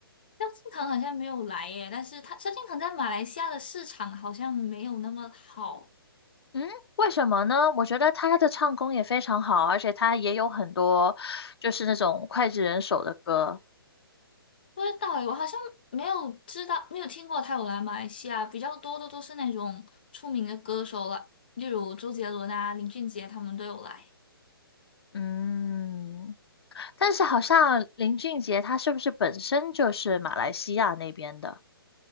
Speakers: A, on the left; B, on the left.
A: 萧敬腾好像没有来耶，但是他萧敬腾在马来西亚的市场好像没有那么好，
B: 嗯，为什么呢？我觉得他的唱功也非常好，而且他也有很多就是那种脍炙人口的歌。
A: 不知道诶，我好像没有知道，没有听过他有来马来西亚，比较多的都是那种出名的歌手了，例如周杰伦啊、林俊杰他们都有来。
B: 嗯，但是好像林俊杰他是不是本身就是马来西亚那边的？